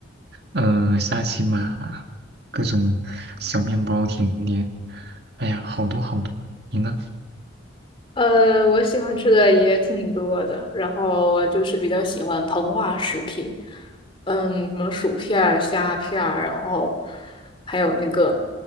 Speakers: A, on the right; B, on the left.
A: 嗯、沙琪玛，各种小面包、甜点，哎呀，好多好多。你呢？
B: 呃，我喜欢吃的也挺多的，然后我就是比较喜欢膨化食品，嗯，什么薯片儿、虾片儿，然后还有那个，